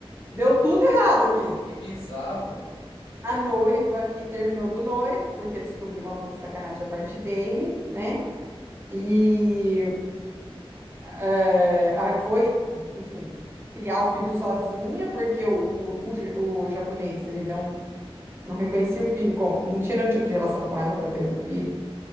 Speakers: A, on the right; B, on the left.
A: Deu
B: Que, biz...
A: tudo errado aqui.
B: que bizarro.
A: A noiva que terminou do noivo, porque descobriu uma puta sacanagem da parte dele, né? e É, a- foi, enfim, criar o filho sozinha, porque o, o, ja- o japonês, ele não, não reconhecia o filho, como, não tinha nenhum tipo de relação com ela para ter um filho.